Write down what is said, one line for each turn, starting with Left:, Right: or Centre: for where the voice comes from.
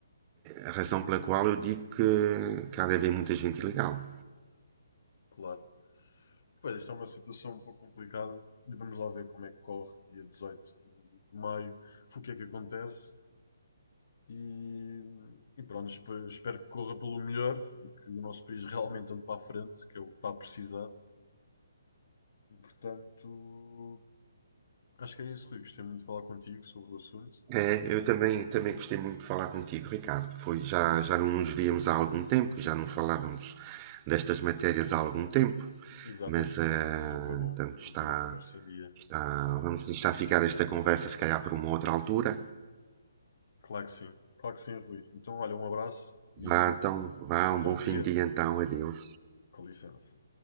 Right: A razão pela qual eu digo que, que há de haver muita gente ilegal.
Left: claro. Pois, esta é uma situação um pouco complicada. E vamos lá ver como é que corre dia 18 de de maio, o que é que acontece. E, e pronto, espe- espero que corra pelo melhor e que o nosso país realmente ande para a frente, que é o que está a precisar. E portanto, acho que é isso, Rui. Gostei muito de falar contigo sobre o assunto.
Right: É, eu também, também gostei muito de falar contigo, Ricardo. Foi, já, já não nos víamos há algum tempo, já não falávamos destas matérias há algum tempo,
Left: Exato,
Right: mas
Left: é,
Right: eh,
Left: é- é sempre bom
Right: portanto, está,
Left: manter a conversa em dia.
Right: Tá, vamos deixar ficar esta conversa, se calhar, para uma outra altura.
Left: Claro que sim, claro que sim, Rui. Então, olha, um abraço e
Right: Vá, então, vá,
Left: até
Right: um bom
Left: um
Right: fim
Left: dia.
Right: de dia, então, adeus.
Left: Com licença.